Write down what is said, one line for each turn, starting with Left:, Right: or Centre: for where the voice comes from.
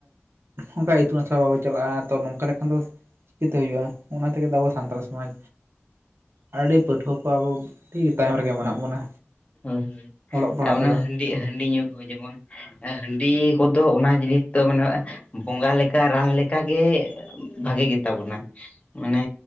Right: ᱚᱱᱠᱟ ᱤᱛᱩᱱ ᱟᱥᱲᱟ ᱵᱟᱵᱚ ᱪᱟᱞᱟᱜᱼᱟ ᱛᱚ ᱱᱚᱝᱠᱟ ᱞᱮᱠᱷᱟᱱ ᱫᱚ ᱪᱤᱠᱟᱹᱛᱮ ᱦᱩᱭᱩᱜᱼᱟ ᱚᱱᱟ ᱛᱮᱜᱮ ᱛᱚ ᱟᱵᱚ ᱥᱟᱱᱛᱟᱲ ᱥᱚᱢᱟᱡᱽ ᱟᱹᱰᱤ ᱯᱟᱹᱴᱷᱩᱣᱟᱹ ᱠᱚ ᱟᱵᱚ ᱴᱷᱤᱠ ᱛᱟᱭᱚᱢ ᱨᱮᱜᱮ ᱢᱮᱱᱟᱜ ᱵᱚᱱᱟ᱾
Left: ᱦᱳᱭ ᱦᱳᱭ
Right: ᱚᱞᱚᱜ ᱯᱟᱲᱦᱟᱣ
Left: ᱟᱨ
Right: ᱛᱮᱫᱚ
Left: ᱚᱱᱟ ᱦᱟᱺᱰᱤ ᱦᱟᱺᱰᱤ ᱧᱩ ᱠᱚ ᱦᱚᱸ ᱡᱮᱢᱚᱱ ᱦᱟᱺᱰᱤ ᱠᱚᱫᱚ ᱚᱱᱟ ᱡᱤᱱᱤᱥ ᱫᱚ ᱢᱟᱱᱮ ᱵᱚᱸᱜᱟ ᱞᱮᱠᱟ ᱨᱟᱱ ᱞᱮᱠᱟᱜᱮ ᱵᱷᱟᱜᱮ ᱜᱮᱛᱟ ᱵᱚᱱᱟ ᱢᱟᱱᱮ